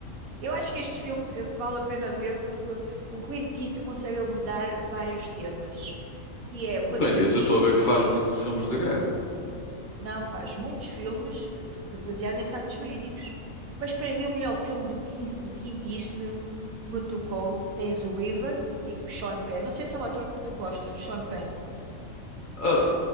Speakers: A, on the right; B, on the left.
A: Eu acho que este filme eh, vale a pena ver porque o Clint Eastwood consegue abordar vários temas, que é o patriotismo.
B: O Clint Eastwood, eu estou a ver que faz muitos filmes de guerra.
A: Não, faz muitos filmes eh, baseados em factos verídicos. Mas para mim o melhor filme do, Quin- do Clint Eastwood que me tocou, tens o River, que é o Sean Penn. Não sei se é um ator que tu gostas, Sean Penn.
B: Ah,